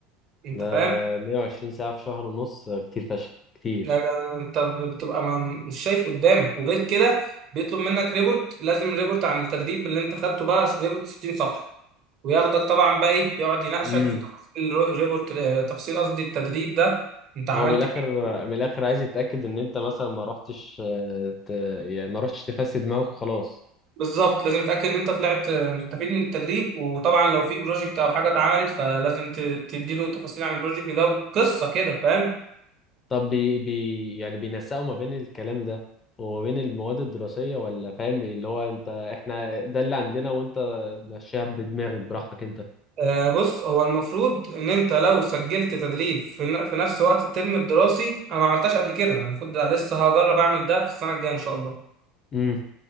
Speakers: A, on the right (about 40°); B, on the left (about 25°).
A: انت
B: ده
A: فاهم
B: 120 ساعة في شهر ونص كتير فشخ كتير
A: لا لا لا، انت بتبقى ما مش شايف قدامك وغير كده بيطلب منك ريبورت لازم ريبورت عن التدريب اللي انت خدته بقى ريبورت 60 صفحة وياخدك طبعا بقى ايه يقعد يناقشك
B: امم
A: في تفاصيل الريبورت اه، تفاصيل قصدي التدريب ده انت عملت
B: هو من الآخر
A: ايه
B: من الآخر عايز يتأكد إن أنت مثلا ما رحتش آه، ت... يعني ما رحتش تفسد دماغك خلاص
A: بالظبط لازم تتأكد ان انت طلعت اه، مستفيد من التدريب وطبعا لو في بروجكت او حاجة اتعملت فلازم ت- تديله تفاصيل عن البروجكت ده وقصة كده فاهم
B: طب بي بي يعني بينسقوا ما بين الكلام ده وما بين المواد الدراسية ولا فاهم اللي هو انت احنا ده اللي عندنا وانت مشيها بدماغك براحتك انت
A: آه، بص هو المفروض ان انت لو سجلت تدريب في ن- في نفس وقت الترم الدراسي انا ما عملتهاش قبل كده أنا المفروض ده لسه هجرب اعمل ده في السنه الجايه ان شاء الله
B: امم